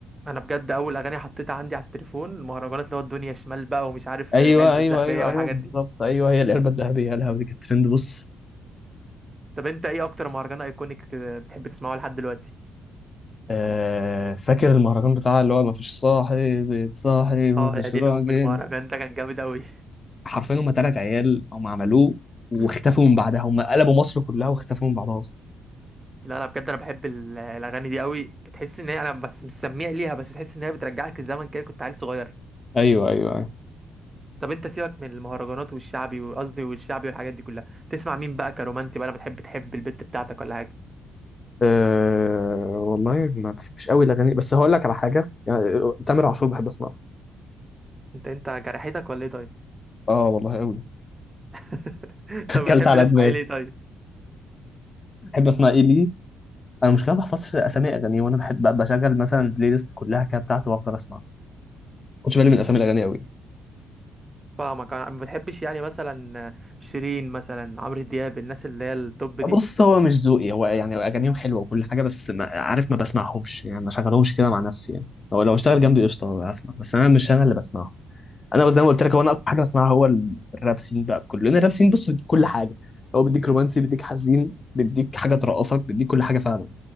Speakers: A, on the right (about 20°); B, on the left (about 30°).
A: انا بجد اول اغاني حطيتها عندي على التليفون المهرجانات اللي هو الدنيا شمال بقى ومش عارف
B: ايوه
A: العلبه
B: ايوه
A: الذهبيه
B: ايوه
A: والحاجات
B: ايوه بالظبط
A: دي
B: ايوه هي العلبه الذهبيه الهوا دي كانت ترند بص
A: طب انت ايه اكتر مهرجان ايكونيك بتحب تسمعه لحد دلوقتي
B: آه، فاكر المهرجان بتاع اللي هو مفيش صاحي بيتصاحي مفيش
A: اه يا دي
B: راجل
A: الام المهرجان ده كان جامد قوي
B: حرفيا هم تلات عيال هم عملوه واختفوا
A: <laughs>
B: من بعدها هم قلبوا مصر كلها واختفوا من بعدها اصلا
A: لا انا بجد انا بحب ال- الاغاني دي قوي بتحس ان هي انا بس مش سميع ليها بس تحس ان هي بترجعك لزمن كده كنت عيل صغير
B: ايوه ايوه ايوه
A: طب انت سيبك من المهرجانات والشعبي وقصدي والشعبي والحاجات دي كلها تسمع مين بقى كرومانسي بقى لما بتحب تحب البت بتاعتك ولا حاجه
B: أه والله ما بحبش قوي الاغاني بس هقول لك على حاجه يعني تامر عاشور بحب اسمعه
A: انت انت جرحتك ولا ايه طيب
B: اه والله قوي
A: <laughs>
B: <laughs>
A: طب
B: كلت
A: بتحب
B: على
A: تسمع
B: دماغي
A: ايه ليه طيب
B: بحب اسمع ايه ليه انا مش كده ما بحفظش اسامي اغاني وانا بحب بشغل مثلا البلاي ليست كلها كده بتاعته وافضل اسمع كنتش بالي من اسامي الاغاني قوي
A: فاهمك انا ما بتحبش يعني مثلا شيرين مثلا عمرو دياب الناس اللي هي التوب دي
B: بص هو مش ذوقي هو يعني اغانيهم حلوه وكل حاجه بس ما عارف ما بسمعهمش يعني ما شغلهمش كده مع نفسي يعني هو لو اشتغل جنبي قشطه هسمع بس انا مش انا اللي بسمعه انا زي ما قلت لك هو انا اكتر حاجه بسمعها هو ال- الراب سين بقى بكله لان الراب سين بص بيديك كل حاجه هو بيديك رومانسي بيديك حزين بيديك حاجه ترقصك بيديك كل حاجه فعلا